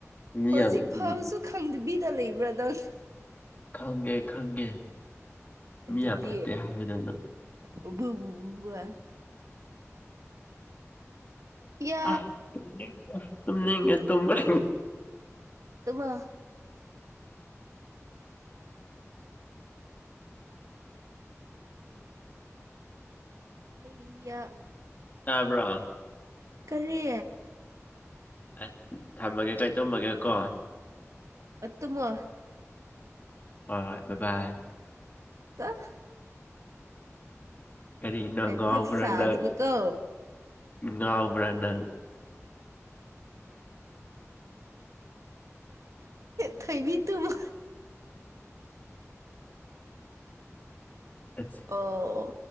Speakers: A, on the left (about 35°); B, on the right (about 75°).
A: ꯃꯤ
B: ꯍꯧꯖꯤꯛ
A: ꯌꯥꯝ ꯎꯝ
B: ꯐꯥꯎꯁꯨ ꯈꯪꯗꯕꯤꯗ ꯂꯩꯕ꯭ꯔꯥ ꯅꯪ
A: ꯈꯪꯉꯦ ꯈꯪꯉꯦ
B: ꯑꯗꯨꯗꯤ
A: ꯃꯤ ꯌꯥꯝ ꯐꯠꯇꯦ
B: <unintelligible>
A: ꯍꯥꯏꯕꯗꯣ ꯅꯪ
B: ꯌꯥ
A: ꯑ ꯇꯨꯝꯅꯤꯡꯕ ꯇꯨꯝꯅꯤꯡꯉꯦ ꯇꯨꯝꯕ <unintelligible>
B: ꯇꯨꯝꯃꯣ <unintelligible>
A: ꯇꯥꯕ꯭ꯔꯣ
B: ꯀꯔꯤ
A: ꯑꯁ ꯊꯝꯃꯒꯦ ꯀꯣ ꯑꯩ ꯇꯧꯝꯃꯒꯦ ꯀꯣ
B: ꯑ ꯇꯨꯝꯃꯣ
A: ꯍꯣꯏ ꯍꯣꯏ ꯕꯥ ꯕꯥꯏ
B: <unintelligible>
A: ꯀꯔꯤꯅꯣ
B: ꯍꯥꯏꯐꯛ
A: ꯉꯥꯎꯕ꯭ꯔꯥ
B: ꯁꯥꯒꯅꯨꯀꯣ
A: ꯅꯪ ꯉꯥꯎꯕ꯭ꯔꯥ ꯅꯪ
B: ꯊꯣꯏꯕꯤ ꯇꯨꯝꯃꯣ <inaudible>
A: <unintelligible>
B: ꯑꯧ